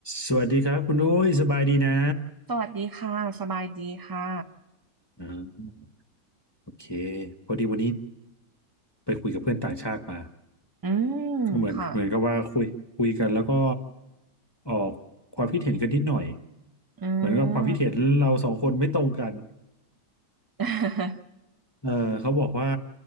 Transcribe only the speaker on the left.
สวัสดีครับคุณอุ้ยสบายดีนะ
อ่าโอเคพอดีวันนี้ไปคุยกับเพื่อนต่างชาติมา
ก็เหมือนเหมือนกับว่าคุยคุยกันแล้วก็ออกความคิดเห็นกันนิดหน่อย
เหมือนกับความคิดเห็นเราสองคนไม่ตรงกัน
เออเขาบอกว่า